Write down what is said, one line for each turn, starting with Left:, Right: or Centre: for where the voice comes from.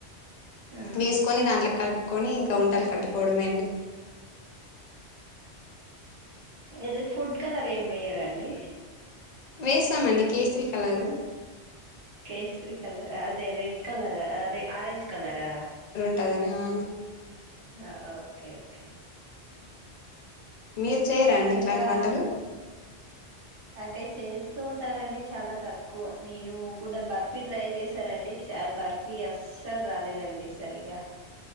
Right: ఆ
Left: వేసుకొని దాంట్లో కలుపుకొని ఇంకా ఉండలు కట్టు కోవడమే అండి
Right: ఎదో ఫుడ్ కలర్ ఏం వెయ్యరా అండి
Left: వేస్తామండి కేసరి కలరు
Right: కేసరి కలర్ అదే రెడ్ కలర్ అదే ఆరెంజ్ కలరా
Left: దని ఆ
Right: ఆ ఓకే ఓకే
Left: మీరు చేయరా అండి
Right: ఇంకా
Left: ఇట్లాంటి వంటలు
Right: అంటే చేస్తూ ఉంటారండి చాలా తక్కువ నేను కూడా బర్ఫీ ట్రై చేశానండి చ బర్ఫీ అస్సలు రాలేదండి సరిగా